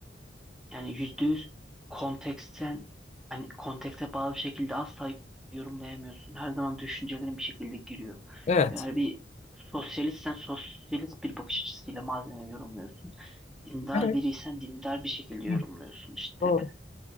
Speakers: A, in the centre; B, on the left.
A: Yani %100 konteksten hani kontekste bağlı bir şekilde asla yorumlayamıyorsun. Her zaman düşüncelerin bir şekilde giriyor.
B: Evet.
A: Eğer bir sosyalistsen sosyalist bir bakış açısıyla malzemeyi yorumluyorsun. Dindar
B: Evet.
A: biriysen dindar bir şekilde yorumluyorsun.
B: Hı,
A: işte.
B: Doğru.